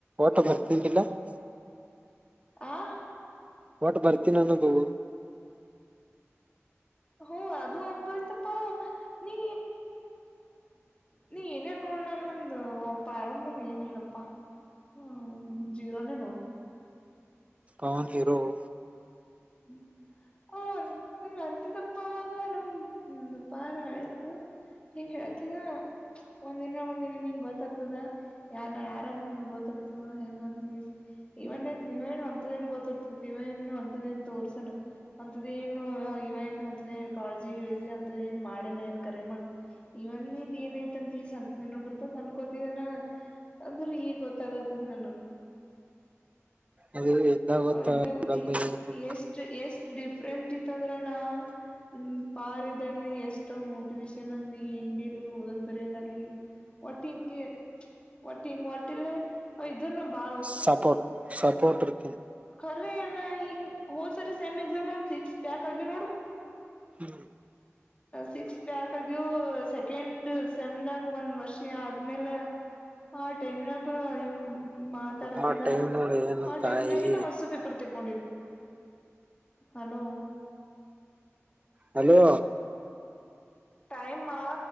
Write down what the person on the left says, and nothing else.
ಆ <unintelligible>
ಹೋ ಅದು ಒಂದು ಆಯ್ತಪ್ಪ <unintelligible> ನೀ ನೀ ಏನೇ ನೋಡಣ ನ್ದ ಪರಂದ್ ಏನ ಇಲ್ಲ <unintelligible> ಹ ಒ ಜೀರೋನೇ ನೋಡು <unintelligible>
ಹ್ಮ್ <unintelligible> ಹಓ ನ ಅಂತಿತಪ್ಪಾಗ ನ ಪಾರ ಅಳತ <unintelligible> ಹಿಂಗ್ ಹೇಳ್ ತ್ಯ ಒಂದಿನ ಒಂದಿನ ನಿನ್ ಗೊತ್ತತದ ಯಾರ ಯಾರಂತ ನಿನ್ಗ್ ಗೊತ್ತತ ಹೆಂಗಂದ. ಇವನ್ನೇನ್ ನೀವೇನ್ ಒಂದೇನ್ ಗೊತ್ತದೆ ಇವಾಗೇನ್ ಅಂತದೇನ್ ತೋರ್ಸಣ ಅಂತದೇನು ಇವ ಎನ್ ಅಂತದೆನ್ ಕಾಳ್ಜಿ ಗಿಳ್ಜಿ ಅಂತದ ಏನ್ ಮಾಡ್ಯನ ಏನ್ ಕರೆ ಮಾ ಇವನ್ ನಿಂದ್ ಏನ್ ಐತ್ ಇ ದಿವ್ಸ ಅಂತ ನೀನು ಬಿರ್ತ ಅನ್ಕೋತಿದನ ಅಂದ್ರೆ ಈಗ ಗೊತ್ತಾಗತದ ನನ್ಗ್
ಇದಾಗ
ನೀ ಎಷ್ಟ್ ಎಷ್ಟ್ ಡಿಫ್ರೆಂಟ್ ಇತ್ತ ಅಂದ್ರಣ್ಣ. ಹ್ಮ ಪಾರಿದಾನ ಎಷ್ಟ ಮೋಟಿವೇೇಶನ್ ಅಂದ ಹಿಂದಿ ಲಿ ಅಲ್ಲಿ ಓದೋದ್ ಬರ್ಯೋದಾಲಿ. ಒಟ್ಟಿಂಗೆ ಒಟ್ಟಿಂಗ್ ಹೊಟ್ಟಿ ಲ್ಲೆ ಇದನ್ನು ಬಾ
ಖರ್ರಣ್ಣ ಹಿಂಗ್ ಹೊಸರಿ ಸೆಮ್ ಎಕ್ಸಮಾಗ್ ಸಿಕ್ಸ್ ಬ್ಯಾಕ್ ಆಗಿವ್ ನೋಡು.
ಸಿಕ್ಸ್ ಬ್ಯಾಕ್ ಆಗ್ಯವು ಸೆಕೆಂಡ್ ಸೆಮ್ನಾಗ್ ಒಂದ್ ವರ್ಷಿ ಆದ್ಮೇಲೆ. ಹಾ ಟೈಮಿನಾಗ ಮಾತಾಡತಿದ
ಆ ಟೈಮ್ನಾಗೆ
ನಾ ವಸ್ಸು ಪೇಪರ್ ತಗೊಂಡಿದ್ದು. ಹಲೋ
ಟೈಮ್ ಆ